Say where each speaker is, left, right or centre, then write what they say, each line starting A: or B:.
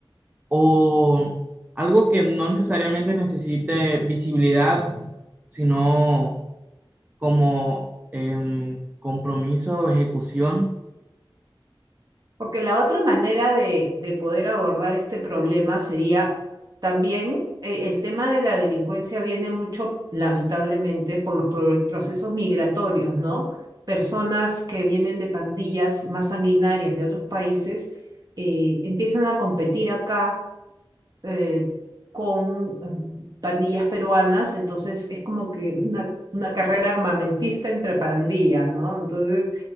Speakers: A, on the right (about 20°); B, on the right (about 45°).
A: o algo que no necesariamente necesite visibilidad, sino como em, compromiso o ejecución.
B: Porque la otra manera de, de poder abordar este problema sería también eh, el tema de la delincuencia viene mucho, lamentablemente, por los pro- procesos migratorios, ¿no? Personas que vienen de pandillas más sanguinarias de otros países eh, empiezan a competir acá eh, con eh, pandillas peruanas, entonces es como que una, una carrera armamentista entre pandillas, ¿no? Entonces